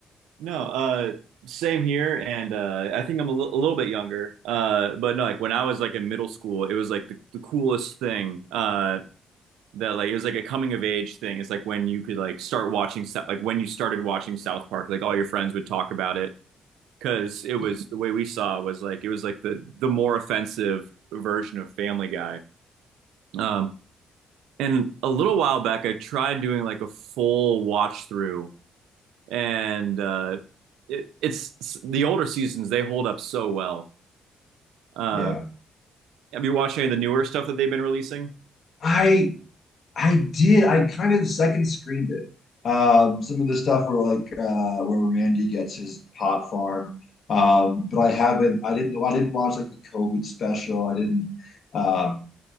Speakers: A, on the right (about 85°); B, on the left (about 65°).
A: No, uh same here and uh I think I'm a li- a little bit younger. Uh but no, like when I was like in middle school, it was like the, the coolest thing. Uh that like it was like a coming of age thing. It's like when you could like start watching Sou- like when you started watching South Park, like all your friends would talk about it because it was
B: Yeah,
A: the way we saw was like it was like the the more offensive version of Family Guy. Um and a little while back I tried doing like a full watch through and uh, it, it's the older seasons they hold up so well. Uh,
B: yeah.
A: have you watched any of the newer stuff that they've been releasing?
B: I I did. I kind of second screened it. Um, some of the stuff where like uh, where Randy gets his pot farm, um, but I haven't. I didn't. I didn't watch like the COVID special. I didn't. Um,